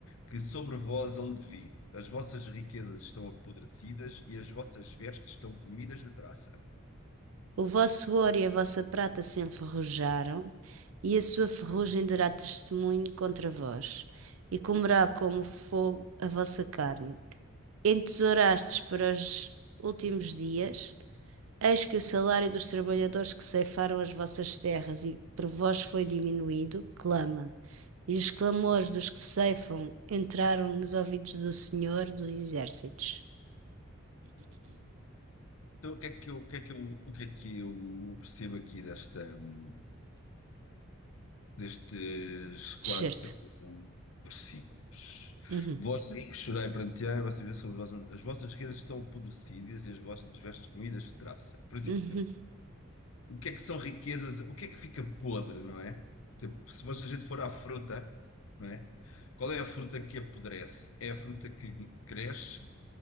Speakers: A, on the left; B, on the right.
A: que sobre vós hão de vir. As vossas riquezas estão apodrecidas e as vossas vestes estão comidas de traça.
B: O vosso ouro e a vossa prata se enferrujaram, e a sua ferrugem dará testemunho contra vós, e comerá como fogo a vossa carne. Entesourastes para os últimos dias, eis que o salário dos trabalhadores que ceifaram as vossas terras e por vós foi diminuído, clama. E os clamores dos que ceifam entraram nos ouvidos do Senhor dos Exércitos.
A: Então, o que é que eu, o que é que eu, o que é que eu percebo aqui desta, hum, destes quatro
B: Certo.
A: hum, versículos?
B: Uhum.
A: Vós ricos chorai perante a e vocês vê sobre vós as vossas riquezas estão apodrecidas e as vossas vestes comidas de traça. Por exemplo,
B: Uhum.
A: o que é que são riquezas, o que é que fica podre, não é? Tipo, se fosse- a gente for à fruta, não é? Qual é a fruta que apodrece? É a fruta que cresce,